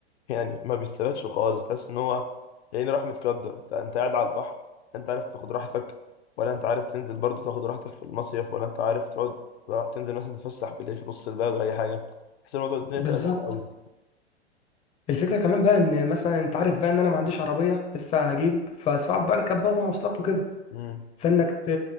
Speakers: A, on the left; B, on the left.
A: يعني ما بيستفادش خالص تحس ان هو يعني راح متقدر انت انت قاعد على البحر لا انت عارف تاخد راحتك ولا انت عارف تنزل برضو تاخد راحتك في المصيف ولا انت عارف تقعد تروح- تنزل مثلا تتفسح بالليل في نص البلد ولا اي حاجه تحس إن الموضوع الدنيا
B: بالظبط
A: تبقى زحمه قوي
B: الفكره كمان بقى ان مثلا انت عارف بقى ان انا ما عنديش عربيه لسه هجيب فصعب بركب بقى مواصلات وكده
A: امم
B: فانك ت-